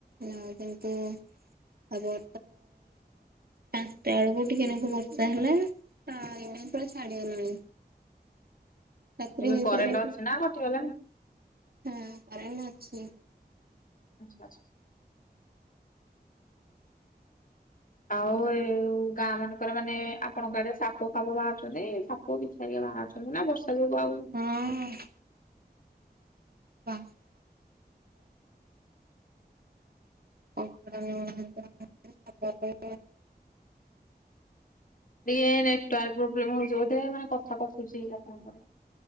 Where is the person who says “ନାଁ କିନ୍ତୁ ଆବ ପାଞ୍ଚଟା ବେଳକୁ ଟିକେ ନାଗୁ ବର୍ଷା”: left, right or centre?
Right